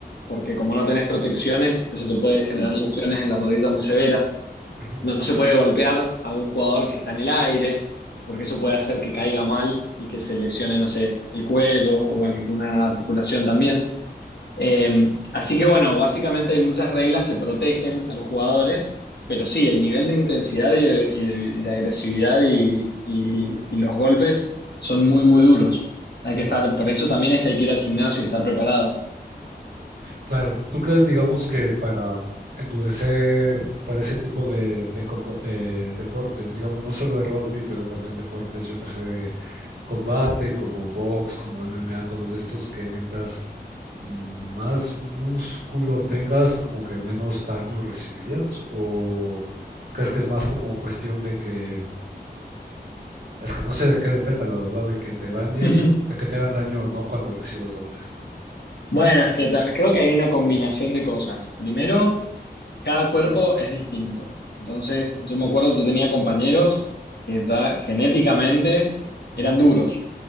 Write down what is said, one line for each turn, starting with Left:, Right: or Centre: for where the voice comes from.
Left: porque como no tenés protecciones, eso te puede generar lesiones en la rodilla muy severas.
Right: ujú,
Left: No se puede golpear a un jugador que está en el aire, porque eso puede hacer que caiga mal y que se lesione, no sé, el cuello o alguna articulación también. Eh, así que bueno, básicamente hay muchas reglas que protegen a los jugadores, pero sí, el nivel de intensidad y de, y de- y de agresividad y, y- y los golpes son muy, muy duros. Hay
Right: ujú.
Left: que estar, por eso también es que hay que ir al gimnasio y estar preparado.
Right: Claro, ¿tú crees, digamos, que para endurecer para ese tipo de, de comba- de deportes, digamos, no solo de rugby, pero también deportes, yo que sé, de combate, como box, como MMA, todos estos que mientras más músculo tengas, como que menos daño recibirías? ¿O crees que es más como cuestión de que, es que no sé de qué dependa, la verdad, de que te dañes
Left: <laughs>
Right: o de que te hagan daño o no cuando recibas golpes?
Left: Bueno, es que ta- creo que hay una combinación de cosas. Primero, cada cuerpo es distinto. Entonces, yo me acuerdo, yo tenía compañeros que ya genéticamente
Right: Ujú,
Left: eran duros.